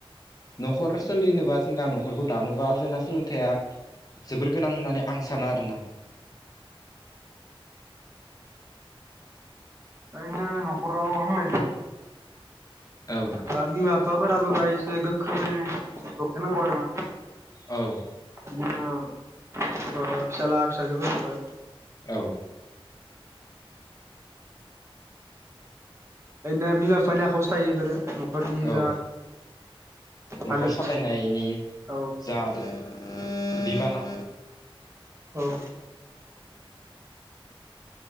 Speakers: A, on the left; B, on the right.
A: न'खर सोलिनोबा जोंना न'खरखौ दानोबा जोंना सोलोंथाइया जोबोर गोनां होननानै आं सानो आरोना।
B: ओंखायनो न'खराव <unintelligible>
A: औ।
B: दा बिमा बिफाफोराबो बेहाय एसे गोख्रोङै दबथायनांगौ आरो ना।
A: औ
B: बिदिनो ओ फिसाला फिसाजो फोरखौहाय।
A: औ
B: बेखायनो बिमा बिफानि आखायावसो थायो बेफोरो न'खरनि
A: औ
B: जा
A: न'खर
B: हालोद
A: सालायनायनि
B: औ
A: जा बिबाना
B: औ